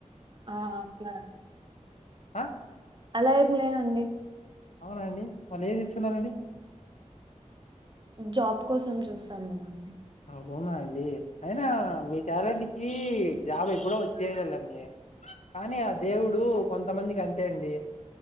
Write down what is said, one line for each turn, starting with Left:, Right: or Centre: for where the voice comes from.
Right: ఆ అట్లా
Left: ఆ
Right: అలా ఏం లేదండి
Left: అవునా అండి మళ్ళీ ఏ చేస్తున్నారండి
Right: జాబ్ కోసం చూస్తున్నాం అండి
Left: ఆవునా అండి అయినా మీ టాలెంట్ కి జాబ్ ఎప్పుడో వచ్చేయాలీ అండి కానీ ఆ దేవుడు కొంతమందికి అంతే అండి